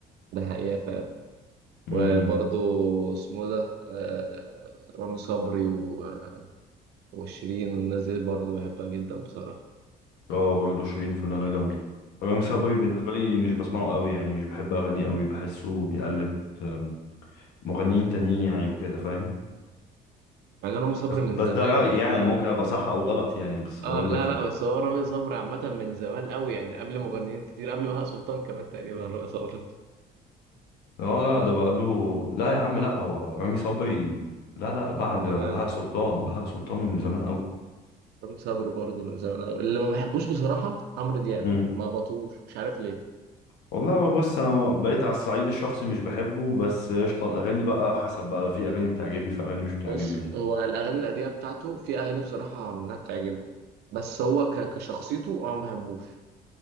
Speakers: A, on the right (about 75°); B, on the left (about 80°).
A: ده حقيقه فعلا وبرضه
B: امم
A: اسمه ده آه، رامي صبري و وشيرين والناس دي برضه بحبها جدا بصراحة
B: اه برضه شيرين فنانه جامده رامي صبري
A: مم.
B: بالنسبه لي مش بسمعه قوي يعني مش بحب اغانيه قوي بحسه بيقلد ام، مغنيين تانيين يعني وكده فاهم
A: مع إن رامي صبري
B: بس
A: من
B: بس
A: زمان
B: ده رأيي
A: يا عم
B: يعني أنا ممكن ابقى صح او غلط يعني بس
A: اه
B: بقول
A: لا
B: لك
A: لا
B: يعني
A: بس هو رامي صبري عامة من زمان قوي يعني قبل مغنيين كتير قبل بهاء سلطان كمان تقريبا رامي صبري
B: اه لا ده بقى له لا يا عم لا هو رامي صبري لا لا بعد
A: <laughs> من زمان
B: بهاء سلطان بهاء سلطان من زمان قوي
A: رامي صبري برضه من زمان قوي اللي ما بحبوش بصراحة عمرو دياب
B: امم
A: ما بطوش مش عارف ليه
B: والله هو بص انا بقيت على الصعيد الشخصي مش بحبه بس قشطه الاغاني بقى حسب بقى لو في اغاني بتعجبني في اغاني مش بتعجبني
A: بص هو الأغاني القديمة بتاعته في أغاني بصراحة منها بتعجبني بس هو ك... كشخصيته أنا ما بحبوش